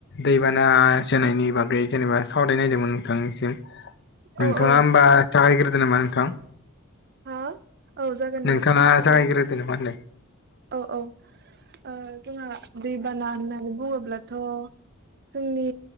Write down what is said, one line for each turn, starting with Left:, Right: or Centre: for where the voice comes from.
Left: दैबाना जोनायनि बागै जेनेबा सावरायनायदोंमोन नोंथांनिसिम नोंथाङा
Right: औ औ
Left: होमबा जागायग्रोदो नामा नोंथां?
Right: हा औ जागोन
Left: नोंथाङा
Right: दे <unintelligible>
Left: जागायग्रोदो नामा होनदों
Right: औ औ। ओ जोंहा दैबाना होननानै बुङोब्लाथ' जोंनि